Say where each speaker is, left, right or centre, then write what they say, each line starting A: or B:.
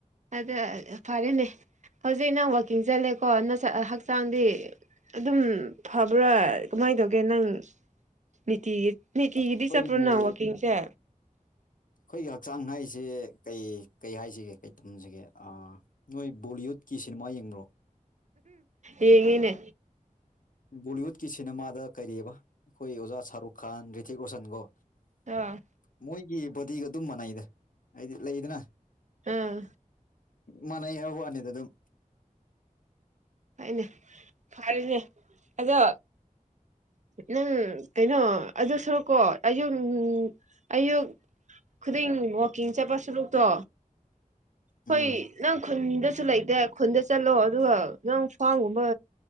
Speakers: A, on the right; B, on the left.
A: ꯑꯗ ꯐꯔꯦꯅꯦ ꯍꯧꯖꯤꯛ ꯅꯪ ꯋꯥꯛꯀꯤꯡ ꯆꯠꯂꯦ ꯀꯣ ꯅ ꯍꯛꯆꯥꯡꯗꯤ ꯑꯗꯨꯝ ꯐꯕ꯭ꯔꯥ ꯀꯃꯥꯏꯅ ꯇꯧꯒꯦ ꯅꯪ ꯅꯤꯇꯤ ꯅꯅꯤꯇꯤꯒꯤꯗꯤ
B: ꯑꯩꯈꯣꯏꯒꯤ
A: ꯆꯄ꯭ꯔꯣꯅ ꯋꯥꯀꯤꯡꯁꯦ
B: ꯑꯩꯣꯏꯒꯤ ꯍꯛꯆꯥꯡ ꯍꯥꯏꯁꯤꯦ ꯀꯩ ꯀꯩ ꯍꯥꯏꯁꯤꯒꯦ ꯀꯩ ꯊꯝꯁꯤꯒꯦ ꯅꯣꯏ ꯕꯣꯂꯤꯋꯨꯗꯀꯤ ꯁꯤꯅꯦꯃꯥ ꯃꯥ ꯌꯦꯡꯕꯣ
A: ꯌꯦꯉꯦꯅꯦ
B: ꯕꯣꯂꯤꯋꯨꯗꯀꯤ ꯁꯤꯅꯦꯃꯥꯗ ꯀꯩꯕ ꯑꯩꯈꯣꯏ ꯑꯣꯖꯥ ꯁꯔꯨꯛ ꯈꯥꯟ ꯔꯤꯇꯤꯛ ꯔꯣꯁꯟꯒꯣ
A: ꯑꯥ
B: ꯃꯣꯏꯒꯤ ꯕꯣꯗꯤꯒ ꯑꯗꯨꯝ ꯃꯅꯥꯏꯗ ꯍꯥꯏꯗꯤ ꯂꯩꯗꯅ
A: ꯑꯥ
B: ꯃꯥꯟꯅꯩ ꯍꯥꯏꯕ ꯋꯥꯅꯤꯗ ꯑꯗꯨꯝ
A: ꯍꯥꯏꯅꯦ ꯐꯔꯦꯅꯦ ꯑꯗꯣ ꯅꯪ ꯀꯩꯅꯣ ꯑꯗꯨ ꯁꯔꯀꯣ ꯑꯌꯨꯛ ꯑꯌꯨꯛ ꯈꯨꯗꯤꯡ ꯋꯥꯋꯀꯤꯡ ꯆꯠꯄ ꯁꯔꯨꯛꯇꯣ ꯍꯣꯏ
B: ꯎꯝ
A: ꯅꯪ ꯈꯨꯟꯗꯁꯨ ꯂꯩꯇꯦ ꯈꯨꯟꯗ ꯆꯠꯂꯣ ꯑꯗꯨꯒ ꯅꯪ ꯐꯥꯝꯒꯨꯝꯕ